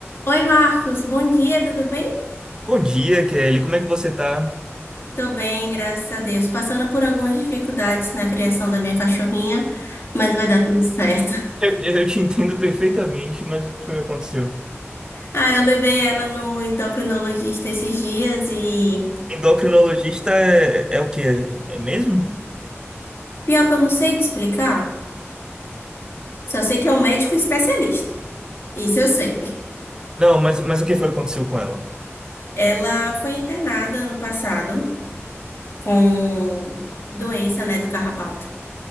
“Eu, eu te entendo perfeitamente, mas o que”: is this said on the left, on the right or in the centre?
Right